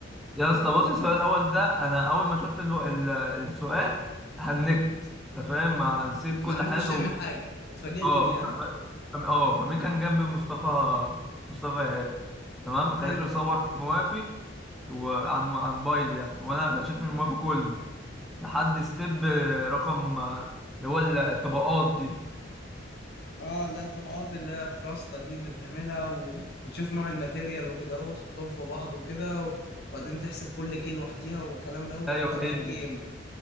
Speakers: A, in the centre; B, on the left.
A: يا اسطى بص السؤال الاول ده انا اول ما شفت الو... ال... السؤال هنكت انت فاهم ما نسيت
B: ما
A: كل
B: عرفتش
A: حاجه
B: تعمل
A: و...
B: حاجه اتفاجئت
A: اه
B: بيه
A: ف...
B: ها
A: ف... فم- اه فمين كان جنبي مصطفى مصطفى ايهاب تمام خليته
B: حلو
A: يصور موافي وعن عن موبايل يعني وانا غشيت من موافي كله لحد ستيب رقم اللي هو الطبقات دي
B: اه لا الطبقات اللي هي فراستا دي اللي بتعملها و... وتشوف نوع الماتيريال وكده اهو وتحطهم في بعض وكده و... وبعدين تحسب كل كيل لوحديها والكلام ده وتطلع
A: ايوه هي
B: الكي
A: دي
B: ام